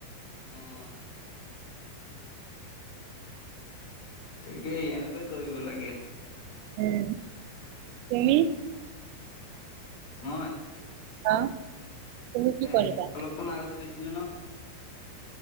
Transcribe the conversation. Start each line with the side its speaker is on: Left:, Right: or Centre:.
Left: অ'। তাকেই এনেকুৱাই কৰিব লাগে।
Right: উম। তুমি?
Left: মই?
Right: অ'। তুমি কি
Left: এ,
Right: কৰিবা
Left: অলপমান আগত কৈছিলোঁ ন!